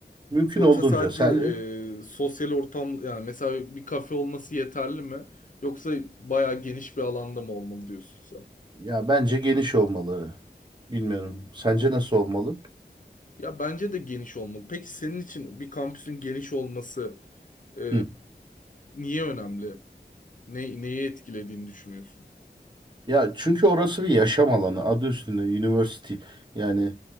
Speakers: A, on the right; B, on the left.
A: Mümkün
B: Yoksa
A: olduğunca.
B: sadece
A: Sence?
B: e, sosyal ortam yani mesela bir kafe olması yeterli mi? Yoksa bayağı geniş bir alanda mı olmalı diyorsun sen?
A: Ya bence geniş olmalı. Bilmiyorum. Sence nasıl olmalı?
B: Ya bence de geniş olmalı. Peki senin için bir kampüsün geniş olması e,
A: Hı.
B: niye önemli? Ne, neye etkilediğini düşünüyorsun?
A: Ya çünkü orası bir yaşam alanı. Adı üstünde university. Yani